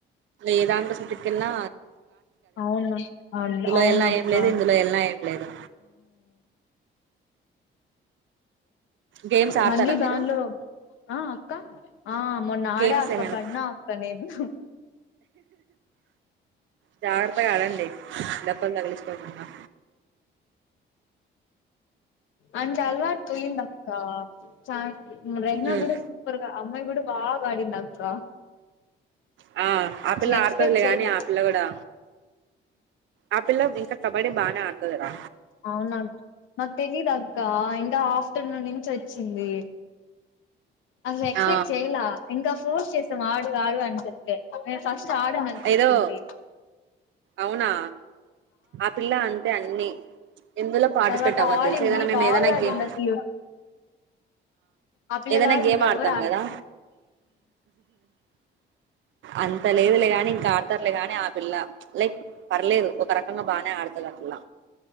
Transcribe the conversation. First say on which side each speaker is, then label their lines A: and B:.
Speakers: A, on the right (about 70°); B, on the left (about 80°).
A: ఏదాంట సంటకన్నా
B: అవును అ అవునఅక్క
A: వెళ్ళినా ఏం లేదు ఇందులో వెళ్ళినా ఏం లేదు గేమ్స్ ఆడతారా
B: మళ్ళీ దానిలో
A: మీరు
B: ఆ అక్క ఆ మొ నాడే
A: గేమ్స్
B: అక్క
A: ఏమైనా
B: బన్న అక్క నేను
A: జాగ్రత్త ఆడండి డెబ్బలు తగులిచుకోకుండా
B: అంట అలవాటు పోయిందక్క చ రహనా
A: ఉమ్
B: గ కూడా సూపర్ అమ్మాయి కూడా బాగా అడిందక్క
A: హ ఆ పిల్ల
B: ఎక్స్పెక్ట్
A: ఆడుతుదిలే
B: చేయలే
A: కానీ ఆపిల్ల కూడా ఆ పిల్ల ఇంకా కబడ్డీ బానే ఆడతదరా
B: అవునా నాకు తెలీదు అక్క ఇంకా ఆఫ్టర్నూన్ నుంచి వచ్చింది అసలు ఎక్స్పెక్ట్
A: ఆ
B: చెయలే ఇంకా ఫోన్స్ చేసాం ఆడు ఆడు అని చెప్పి మ ఫస్ట్ ఆడను అని చెప్పింది
A: ఏదో అవునా ఆ పిల్ల అంటే అన్ని ఎందులో పార్టిసిపేట్
B: తర్వాత
A: అవ్వదు
B: ఆడింది
A: తెలుసు ఏదైనా మేము
B: బాగా
A: ఏదైనా
B: ఆడింది
A: గేమ్
B: అసలు ఆ పిల్లలాగా
A: ఏదైనా గేమ్
B: ఇంకెవ్వరు
A: ఆడతాం
B: ఆడ
A: కదా అంత లేదులే గాని ఇంకా ఆడతారులే గాని ఆ పిల్ల లైక్ పర్లేదు ఒక రకంగా బానే ఆడుతుంది ఆ పిల్ల